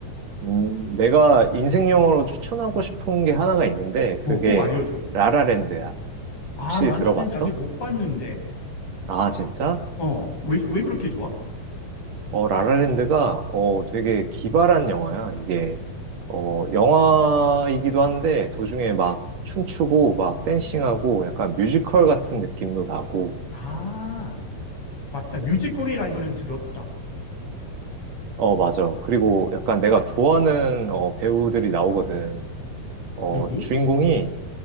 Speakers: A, on the right (about 55°); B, on the left (about 40°).
A: 음, 내가 인생 영화로 추천하고 싶은 게 하나가 있는데,
B: 뭐
A: 그게
B: 꼭 알려줘.
A: 라라랜드야.
B: 아,
A: 혹시
B: 랄랄랜드
A: 들어봤어?
B: 아직 못 봤는데.
A: 아, 진짜?
B: 어, 왜, 왜 그렇게 좋아?
A: 어, 라라랜드가, 어, 되게 기발한 영화야. 이게, 어, 영화이기도 한데, 도중에 막 춤추고, 막 댄싱하고, 약간 뮤지컬 같은 느낌도 나고,
B: 아, 맞다. 뮤지컬이라는 거는 들었다.
A: 어, 맞아. 그리고 약간 내가 좋아하는 어, 배우들이 나오거든. 어,
B: 누구?
A: 주인공이